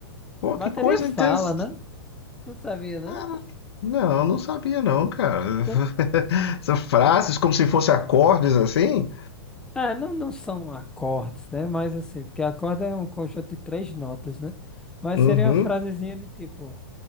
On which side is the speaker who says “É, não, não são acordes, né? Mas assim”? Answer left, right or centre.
Centre